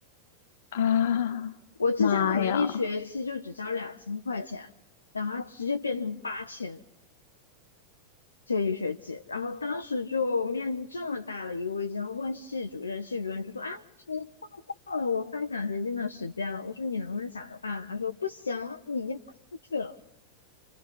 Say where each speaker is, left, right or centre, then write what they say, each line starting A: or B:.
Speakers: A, on the left; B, on the left.
A: 啊！
B: 我之前可能一学期就只交两千块钱，
A: 妈呀，
B: 然后它直接变成八千这一学期。然后当时就面临这么大的一个危机，然后问系主任，系主任就说：“啊，你错过了我发奖学金的时间了。”我说：“你能不能想个办法？”他说：“不行，你已经发出去了。”